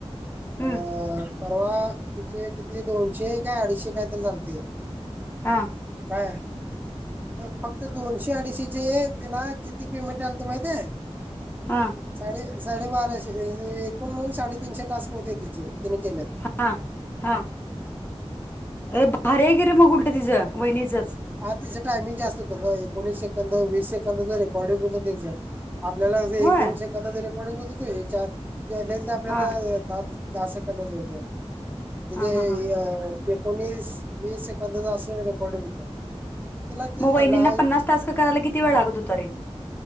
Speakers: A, on the right; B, on the left.
A: अ
B: हं,
A: परवा तिचे किती दोनशे काय अडीचशे कायतरी झालते.
B: हा.
A: हा, फक्त दोनशे अडीशीचे त्याला किती पेमेंट आलत माहित हाय.
B: हां.
A: साडे साडेबाराशे एकूण म्हणून साडेतीनशे टास्क होते तिचे तिने केल्यात.
B: हा, हा, ये भारी हाय की रे मग उलट तिचं वहिनीचंच.
A: आ तिचं टायमिंगस्त का एकोणीस सेकंद वीस सेकंद जर रेकॉर्डिंग होतं तिज. आपल्याला कस एक
B: होय
A: दोन सेकदाच रेकॉर्डिंग होत ते चार, <unintelligible> आपल्याला
B: हां
A: <unintelligible>
B: हां हां हां
A: एकोणीस वीस सेकंदाचा अस रेकॉर्डिंग होतं. तिला तेच
B: म
A: म्हटलं
B: वीहिनींना पन्नास टास्क करायला किती वेळ लागत होता रे.